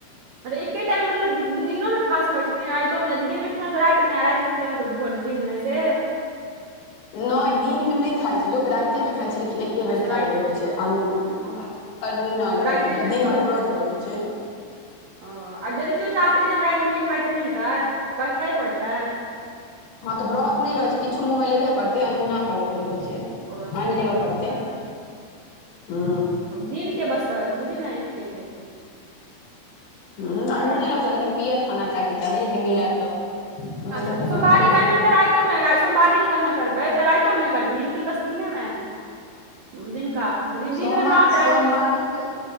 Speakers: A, on the right; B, on the left.
A: अरे एके टाइम मतलब दिनोमे खा सकै छथिन्ह रातियो मे यदि दी न तऽ रति नहि आ राति मे खेलहु तऽ भोर दिन नहि से।
B: नैय, दिनमे नहि खाय छैय लोक, राइते मे खाइ छैय, लेकिन एक् एके बेर
A: अच्छा राति
B: खैयके रहै छैय अनून,
A: ओ मत-
B: अनूना
A: ओ तऽ
B: खैयके
A: राइते मे
B: दिन
A: खायके
B: भरि व्रत रहै छैय।
A: ओ, आ जदि कियो चाहतेै जे हम रातिमे नहि खाय तऽ नहि हेतै? कैह खैय पड़ै छैय?
B: हँ तऽ व्रत नहि रहै छैय, किछो मुँहमे लेबहे पड़तै अनूना करयके रहैत छैय।
A: ओ से
B: अन लेबऽ
A: रहै
B: पड़तै,
A: छै
B: हँ।
A: दिन के बस रहै छैय, बुझू ने एक-एक लेखे।
B: ह तऽ अनूने
A: रातिके
B: होय छैय,
A: नहि
B: लेकिन पीयर खाना खायके चाही यदि मिलय तऽ। नहि
A: अच्छा
B: तहन
A: तऽ सोमवारी
B: कोनो बाते
A: करबिन्त
B: नहि
A: राइ तुम राइ सोमवारी जे कहलें करबै, तऽ राइतो मे करबीहि कि बस दिने में? उम्म दिन
B: सोमा
A: दिनमे व्रत
B: सोमवारी
A: रातिमे
B: के